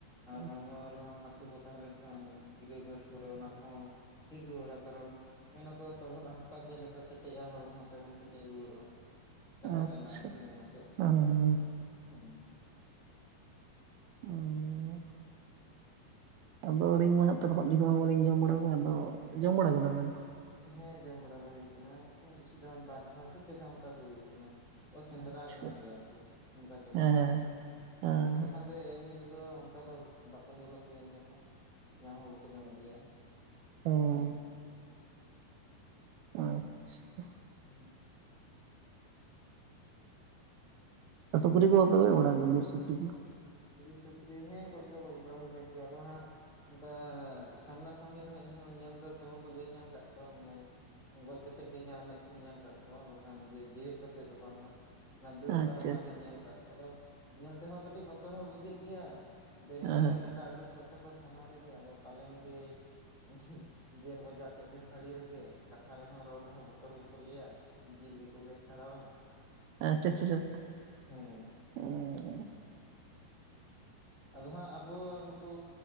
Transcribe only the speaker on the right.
ᱟᱪᱪᱷᱟ
ᱟᱪᱪᱷᱟ
ᱦᱮᱸ
<unintelligible> ᱟᱫᱚ ᱟᱹᱞᱤᱧ ᱢᱟ ᱛᱚᱨᱦᱚᱫ ᱡᱤᱞ ᱢᱟ ᱵᱟᱹᱞᱤᱧ ᱡᱚᱢ ᱵᱟᱲᱟ ᱠᱚᱣᱟ ᱟᱫᱚ ᱡᱚᱢ ᱵᱟᱲᱟ ᱟᱠᱟᱫᱟ ᱵᱮᱱ
ᱟᱪᱪᱷᱟ
ᱦᱮᱸ
ᱦᱮᱸ
ᱦᱮᱸ
ᱚᱻ ᱟᱪᱪᱷᱟ
ᱥᱩᱠᱨᱤ ᱠᱚ ᱵᱟᱯᱮ ᱜᱚᱡ ᱵᱟᱲᱟ ᱠᱚᱣᱟ ᱵᱤᱨ ᱥᱩᱠᱨᱤ ᱠᱚ
ᱟᱪᱪᱷᱟ ᱟᱪᱪᱷᱟ
ᱦᱮᱸ
ᱦᱮᱸ
ᱟᱪᱪᱷᱟ ᱟᱪᱪᱷᱟ
ᱱᱤᱝᱠᱟᱱ